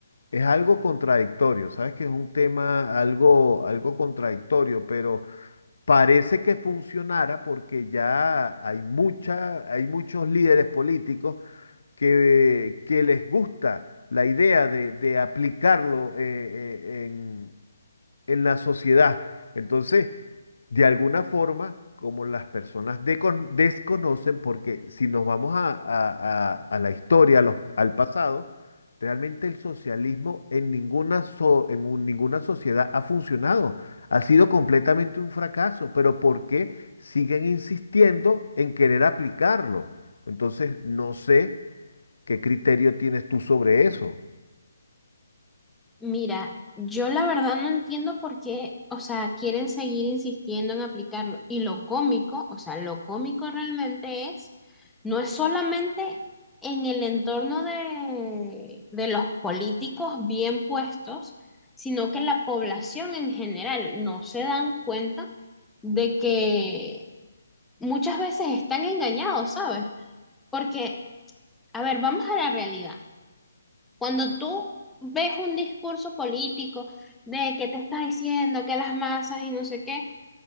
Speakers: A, on the left (about 80°); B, in the centre.
A: es algo contradictorio, ¿sabes? Que es un tema algo, algo contradictorio, pero parece que funcionara porque ya hay mucha, hay muchos líderes políticos que, que les gusta la idea de, de aplicarlo eh, eh, en, en la sociedad. Entonces, de alguna forma, como las personas decon- desconocen, porque si nos vamos a, a- a- a la historia, a los- al pasado, realmente el socialismo en ninguna, so- en un- ninguna sociedad ha funcionado. Ha sido completamente un fracaso, pero ¿por qué siguen insistiendo en querer aplicarlo? Entonces, no sé qué criterio tienes tú sobre eso.
B: Mira, yo la verdad no entiendo por qué, o sea, quieren seguir insistiendo en aplicarlo. Y lo cómico, o sea, lo cómico realmente es, no es solamente en el entorno de, de los políticos bien puestos, sino que la población en general no se dan cuenta de que muchas veces están engañados, ¿sabes? Porque, a ver, vamos a la realidad. Cuando tú ves un discurso político de que te está diciendo que las masas y no sé qué,